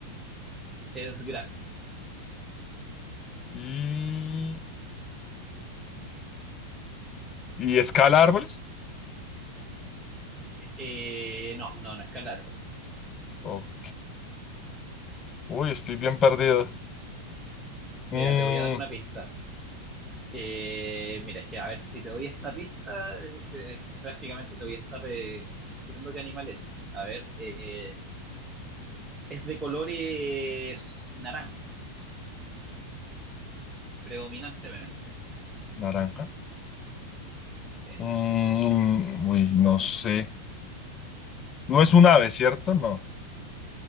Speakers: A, on the right; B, on the left.
A: Es grande.
B: Y, ¿y escala árboles?
A: Eh, no, no, no es calar. pues.
B: Ok. Uy, estoy bien perdido.
A: Mira,
B: Mm,
A: te voy a dar una pista. Eh, mira, es que a ver, si te doy esta pista, eh, que, eh, prácticamente te voy a estar eh, diciendo qué animal es. A ver, eh, es de colores naranjo, predominantemente.
B: naranja.
A: Sí.
B: Mm, uy, no sé. No es un ave, ¿cierto? No.